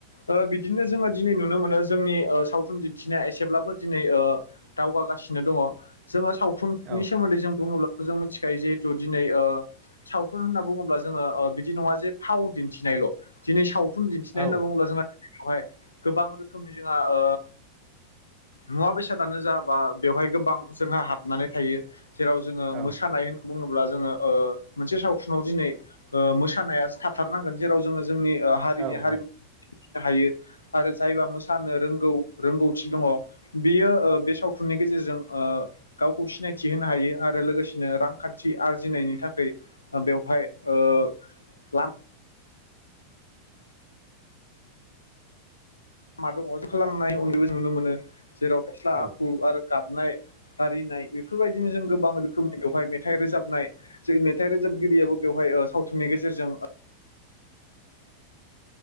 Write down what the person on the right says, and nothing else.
औ
औ
औ
औ
औ
औ